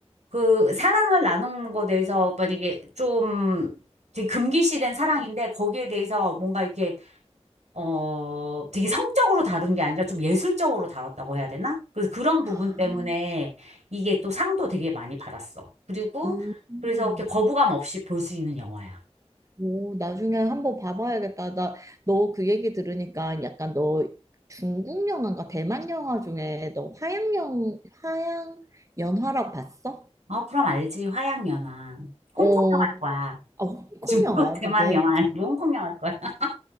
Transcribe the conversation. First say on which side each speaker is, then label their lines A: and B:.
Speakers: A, on the right; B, on the right.
A: 그 사랑을 나누는 거에 대해서 만약에 좀 되게 금기시된 사랑인데 거기에 대해서 뭔가 이렇게 어, 되게 성적으로 다룬 게 아니라 좀 예술적으로 다뤘다고 해야 되나? 그래서 그런
B: 아,
A: 부분 때문에 이게 또 상도 되게 많이 받았어. 그리고
B: 음.
A: 그래서 이렇게 거부감 없이 볼 수 있는 영화야.
B: 오, 나중에 한번 봐봐야겠다. 나, 너 그 얘기 들으니까 약간 너 중국 영화인가 대만 영화 중에 너 화양영, 화양 연화라고 봤어?
A: 어, 그럼 알지. 화양연화. 홍콩
B: 어,
A: 영화일 거야. <laughs>
B: 아, 홍콩
A: 중국,
B: 영화야,
A: 대만
B: 그게.
A: 영화 아니고 홍콩 영화일 거야. <laughs>